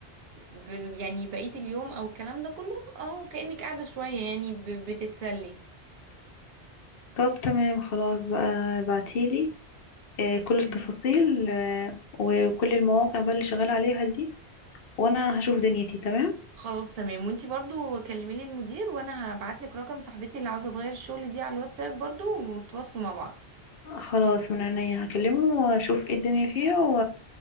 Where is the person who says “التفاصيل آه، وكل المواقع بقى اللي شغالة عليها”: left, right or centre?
Left